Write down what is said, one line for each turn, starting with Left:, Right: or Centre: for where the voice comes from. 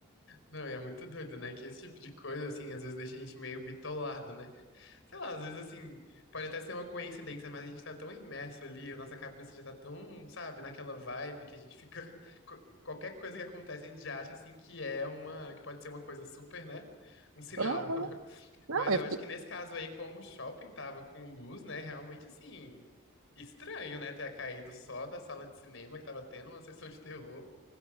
Left: Não, e é muito doido, né? Que esse tipo de coisa, assim, às vezes deixa a gente meio bitolado, né? Sei lá, às vezes, assim, pode até ser uma coincidência, mas a gente tá tão imerso ali, a nossa cabeça já tá tão, sabe, naquela vibe que a gente fica. <laughs> co- Qualquer coisa que acontece, a gente já acha, assim, que é uma. Que pode ser uma coisa super, né? Um sinal.
Right: Aham.
Left: <laughs>
Right: Não,
Left: Mas
Right: eu
Left: eu
Right: fiquei.
Left: acho que nesse caso aí, como o shopping tava com luz, né? Realmente assim. Estranho, né? Ter caído só da sala de cinema que tava tendo uma <laughs> sessão de terror.